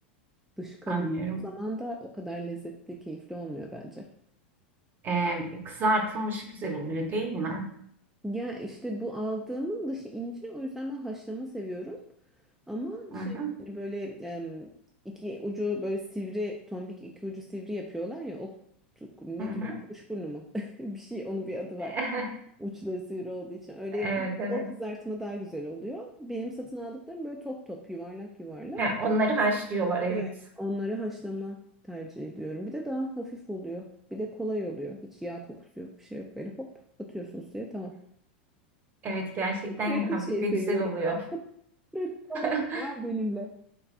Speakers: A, in the centre; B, on the right.
A: dışı kalın
B: anlıyorum.
A: o zaman da o kadar lezzetli keyifli olmuyor bence.
B: Ee, kızartılmışı güzel oluyor değil mi?
A: Ya işte bu aldığımın dışı ince o yüzden ben haşlama seviyorum. Ama
B: Hı
A: şey
B: hı.
A: hani böyle em, iki ucu böyle sivri tombik iki ucu sivri yapıyorlar ya o tuk- ne
B: Hı hı.
A: diyorlar kuşburnu mu? <laughs> Bir şey onun bir adı var.
B: <laughs>
A: Uçları sivri olduğu için öyle yapınca
B: Evet evet.
A: o kızartma daha güzel oluyor. Benim satın aldıklarım böyle top top yuvarlak yuvarlak.
B: Ha, onları haşlıyorlar evet.
A: Evet. Onları haşlama tercih ediyorum. Bir de daha hafif oluyor. Bir de kolay oluyor. Hiç yağ kokusu yok, bir şey yok. Böyle hop atıyorsun suya tamam.
B: Evet gerçekten
A: Pratik
B: hafif
A: şey
B: ve
A: seviyorum.
B: güzel oluyor.
A: Pratik olsun
B: <laughs>
A: ama benimle.